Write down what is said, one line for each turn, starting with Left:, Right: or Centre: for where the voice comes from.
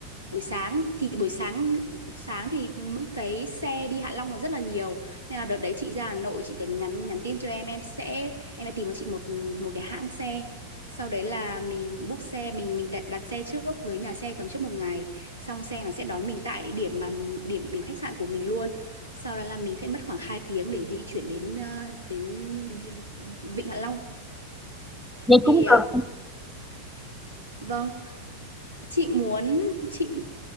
Right: buổi sáng thì buổi sáng sáng thì những cái xe đi Hạ Long còn rất là nhiều nên là đợt đấy chị ra Hà Nội chị cần nhắn nhắn tin cho em em sẽ em sẽ tìm cho chị một một cái hãng xe sau đấy là mình book xe mình mình đặt đặt xe trước với nhà xe tầm trước một ngày xong xe nó sẽ đón mình tại địa điểm mà điểm điểm khách sạn của mình luôn sau đó là mình sẽ mất khoảng 2 tiếng để di chuyển đến ờ, đến Vi- Vịnh Hạ Long.
Centre: vậy
Right: Thì
Centre: cũng
Right: à,
Centre: được
Right: vâng, chị muốn chị